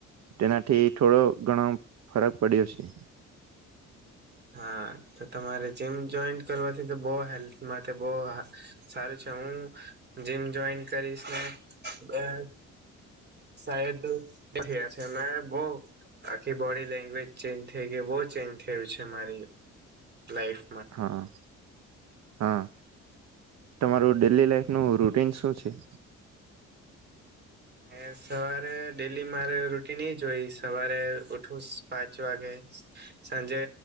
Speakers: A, on the right (about 60°); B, on the right (about 35°).
A: તેનાઠી ઠોડો ઘણો ફરક પડ્યો છે.
B: હાં તો તમારે જીમ જોઈન કરવાથી તો બો હેલ્થ માટે બો સારું છે હું જીમ જોઈન કરીશ ને અ શાયદ <unintelligible> છે મેં બો આખી બોડી લેંગ્વેજ ચેન્જ થેઈ ગેઈ બો ચેન્જ થયું છે મારી લાઈફ
A: હા. હા તમારું ડેલી લાાઈફનું રૂટીન શું છે?
B: ને સવારે ડેલી મારે રૂટિન એ જ હોય સવારે ઉઠું પાંચ વાગે. સાંજે